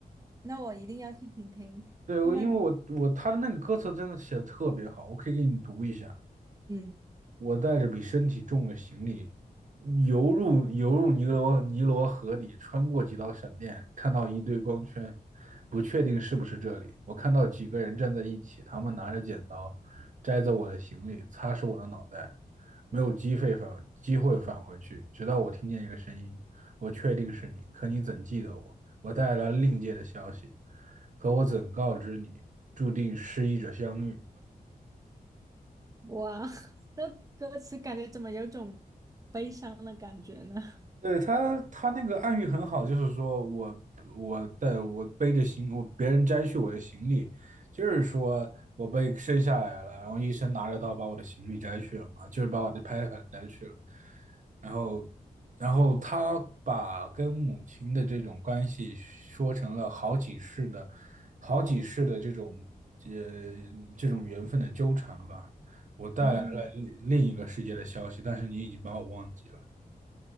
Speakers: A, on the right (about 20°); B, on the right (about 55°).
A: 那我一定要去听听，
B: 对，
A: 看看
B: 我因为我我他的那个歌词真的写的特别好，我可以给你读一下。
A: 嗯，
B: 我带着比身体重的行李，游入游入尼罗尼罗河里，穿过几道闪电，看到一堆光圈，不确定是不是这里。我看到几个人站在一起，他们拿着剪刀，摘走我的行李，擦拭我的脑袋。没有机会返机会返回去，直到我听见一个声音，我确定是你，可你怎记得我？我带来了另界的消息，可我怎告知你，注定失意者相遇。
A: 哇，<laughs> 这歌词，感觉怎么有种悲伤的感觉呢？<laughs>
B: 对他，他那个暗喻很好，就是说我我带我背着行，我别人摘去我的行李，就是说我被生下来了，然后医生拿着刀把我的行李摘去了嘛，就是把我的胎盘摘去了，然后然后他把跟母亲的这种关系说成了好几世的好几世的这种呃这种缘分的纠缠吧，我带来嗯了另另一个世界的消息，
A: 嗯，
B: 但是你已经把我忘记了。